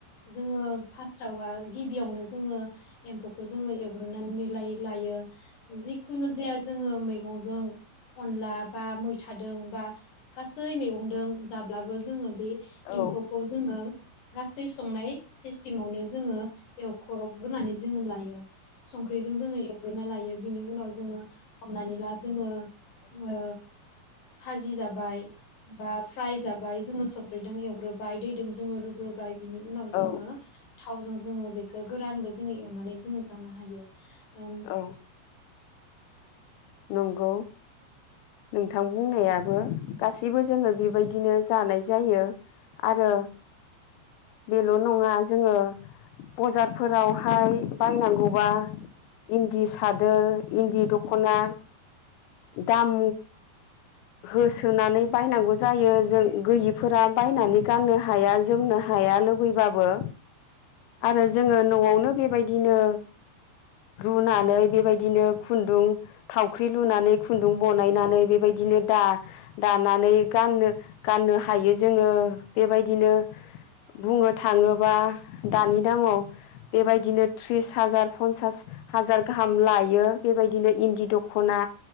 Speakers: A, on the left (about 50°); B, on the left (about 85°).
A: जोङो फार्स्टावहा गिबियावनो जोङो एम्फौखौ जोङो एवग्रोनानै लायो लायो जिखुनु जाया जोङो मैगंजों अनला बा मैथादों बा गासै मैगंदों जाब्लाबो जोङो बे
B: औ
A: एम्फौखौ जोङो गासै संनाय सिस्टेमावनो जोङो एवखरब एवग्रोनानै जोङो लायो संख्रिजों जोङो एवग्रोना लायो बिनि उनाव जोङो हमनानै ला जोङो ओ भाजि जाबाय बा फ्राय जाबाय जोङो संख्रिजों एव ग्रोबाय दै- दों जोङो रुग्रोबाय बिनि उनाव जोङो
B: औ
A: थावजों जोङो बेखो - गोरानबो जोङो एवनानै जोङो जानो हायो। ओम
B: औ नंगौ नोंथां बुंनायाबो गासैबो जोङो बेबायदिनो जानाय जायो आरो बेल' नङा जोङो बजारफोरावहाय बायनांगौबा इन्दि सादोर इन्दि दख'ना। दाम होसोनानै बायनांगौ जायो जों गैयिफोरा बायनानै गाननो हाया जोमनो हाया लुबैबाबो आरो जोङो न'आवनो बेबायदिनो रुनानै बेबायदिनो खुन्दुं थावख्रि लुनानै खुन्दुं बनायनानै बेबायदिनो दा दानानै गाननो गाननो हायो जोङो बेबायदिनो बुंनो थाङोबा दानि दामाव बेबायदिनो त्रिस हाजार पन्सास हाजार गाहाम लायो बेबायदिनो इन्दि दख'- ख'ना